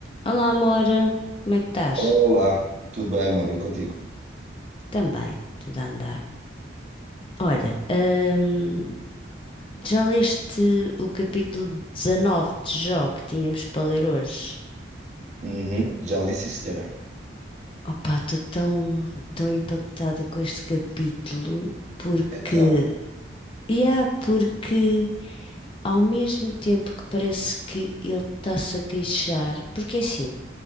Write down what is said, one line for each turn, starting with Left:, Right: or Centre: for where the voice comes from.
Left: Olá, amor, como é que estás?
Right: Olá, tudo bem, amor? E contigo?
Left: Também, tudo a andar. Olha, hum, já leste o capítulo 19 de Jó que tínhamos para ler hoje?
Right: Uhum, já lhe disse, senhora.
Left: Opa, estou tão, tão impactada com este capítulo porque,
Right: Então,
Left: yeah, porque ao mesmo tempo que parece que ele está-se a queixar, porque é assim,